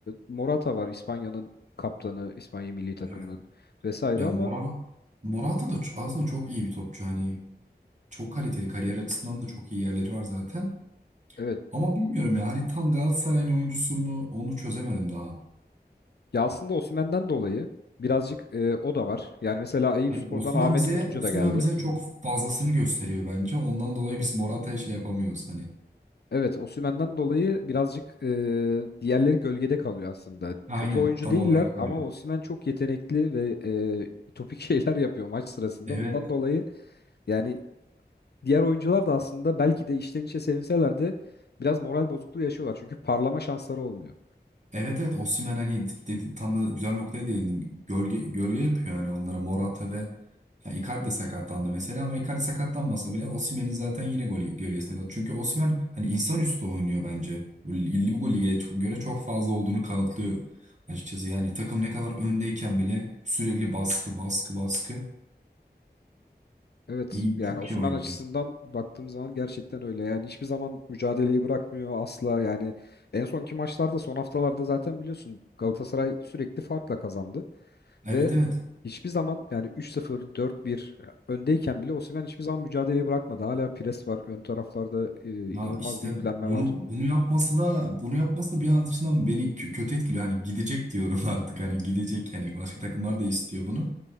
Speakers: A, on the left; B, on the right.
A: Morata var İspanya'nın kaptanı, İspanya milli takımının
B: Evet.
A: vesaire
B: Ya
A: ama
B: Mora Morata da ç- aslında çok iyi bir topçu. Hani çok kaliteli kariyer açısından da çok iyi yerleri var zaten.
A: evet
B: Ama bilmiyorum ya hani tam Galatasaray'ın oyuncusu mu onu çözemedim daha.
A: ya aslında Osimhen'den dolayı birazcık e, o da var. Yani mesela Eyüpspor'dan
B: Hani Osimhen
A: Ahmet
B: bize
A: Kutucu
B: Osimhen
A: da geldi.
B: bize çok fazlasını gösteriyor bence. Ondan dolayı biz Morata'ya şey yapamıyoruz hani.
A: Evet, Osimhen'den dolayı birazcık e, diğerleri gölgede kalıyor aslında.
B: Aynen
A: Kötü oyuncu
B: tam
A: değiller
B: olarak
A: ama
B: öyle.
A: Osimhen çok yetenekli ve e, topik <laughs> şeyler yapıyor maç sırasında.
B: Evet
A: Bundan dolayı yani diğer oyuncular da aslında belki de içten içe sevinseler de biraz moral bozukluğu yaşıyorlar. Çünkü parlama şansları olmuyor.
B: Evet evet Osimhen hani dedi, tam da güzel noktaya değindin. Gölge gölge yapıyor yani onlara Morata ve ya Icardi de sakatlandı mesela ama Icardi sakatlanmasa bile Osimhen'in zaten yine gol gölgesinde Çünkü Osimhen hani insanüstü oynuyor bence. Bu, lig- bu lige çok- göre çok fazla olduğunu kanıtlıyor açıkçası. Yani takım ne kadar öndeyken bile sürekli baskı baskı baskı
A: Evet,
B: iyi
A: yani
B: çok
A: Osimhen
B: iyi oynuyor.
A: açısından baktığım zaman gerçekten öyle. Yani hiçbir zaman mücadeleyi bırakmıyor asla. Yani en sonki maçlarda son haftalarda zaten biliyorsun Galatasaray sürekli farkla kazandı.
B: Evet
A: Ve
B: evet
A: hiçbir zaman yani 3-0, 4-1 öndeyken bile Osimhen hiçbir zaman mücadeleyi bırakmadı. Hala pres var. Ön taraflarda e,
B: Ya
A: inanılmaz
B: işte
A: bir yüklenme
B: bunu
A: var.
B: bunu yapması da bunu yapması da bir an açısından beni kö- kötü etkiliyor. Hani gidecek diyorum <laughs> artık. Hani gidecek hani başka takımlar da istiyor bunu.